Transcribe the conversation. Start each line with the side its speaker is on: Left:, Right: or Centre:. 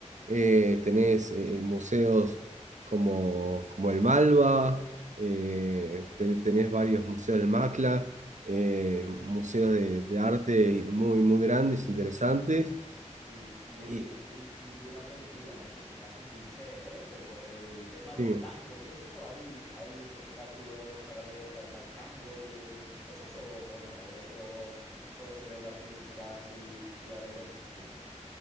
Right: Eh, tenés eh, museos como, como el Malva, eh,
Centre: ujú.
Right: ten- tenés varios museos del Macla, eh, museos
Centre: Sí,
Right: de,
Centre: sí.
Right: de arte muy, muy grandes, interesantes.
Centre: Y, y,
Right: Y,
Centre: oye, y, y- y una preguntilla, no sé, quizás un cliché, ¿eh? Pero el tema del
Right: sí.
Centre: tango y eso, ¿hay, hay espectáculos para ver bailar tango y, y esas cosas o, o no? ¿O eso solo se ve en las películas y, y ahora ya no se estila?